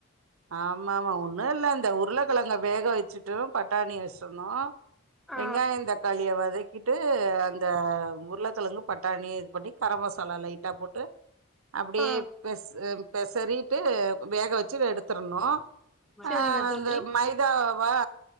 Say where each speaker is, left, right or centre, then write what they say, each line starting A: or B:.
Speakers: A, on the right (about 75°); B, in the centre.
A: ஆமா ஆமா ஒண்ணுல்ல இந்த உருளக்கிழங்க வேக வச்சுட்டு பட்டாணிய <unintelligible>
B: ஆ
A: வெங்காய தக்காளியா வதக்கிட் ட்டு இந்த உருளக்கிழங்கு பட்டாணி இது பண்ணி கரமசா சாலா லைட்டா போட்டு அப்டியே
B: ஆ
A: பேச பேசறிட்டு வேக வச்சு எடுத் பெசரண்னு
B: சேரிங்க
A: அ
B: தோழி
A: அந்த மைதாவா